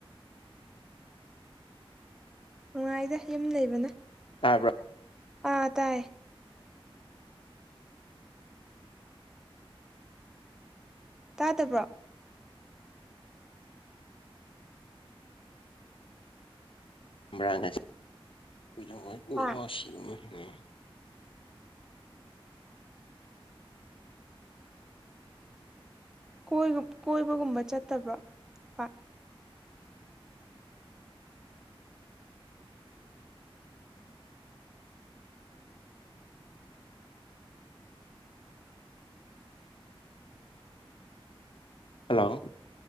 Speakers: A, in the centre; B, on the left.
A: ꯅꯨꯡꯉꯥꯏꯗ ꯌꯨꯝ ꯂꯩꯕꯅ
B: ꯇꯕ꯭ꯔ
A: ꯑꯥ ꯇꯥꯏꯌꯦ ꯇꯥꯗꯕ꯭ꯔꯣ
B: <unintelligible>
A: ꯑ ꯀꯣꯏ ꯀꯣꯏꯕꯒꯨꯝꯕ ꯆꯠꯇꯕ꯭ꯔꯣ ꯄꯥꯛ
B: ꯍꯜꯂꯣ